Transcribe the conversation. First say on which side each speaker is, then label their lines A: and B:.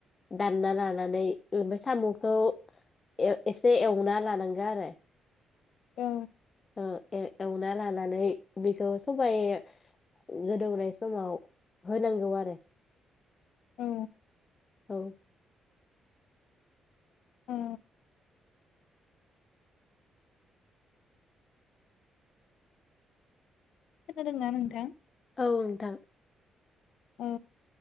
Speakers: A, on the left; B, on the left.
A: दानना लानानै ओमाय सामुखौ ए एसे एवना लानांगो आरो
B: ओ
A: ओ ए-एवना लानानै बेखौ सबाय गोदौनाय समाव होनांगौ आरो
B: औ
A: औ
B: ओ खोनादोंना नोंथां?
A: औ नोंथां
B: औ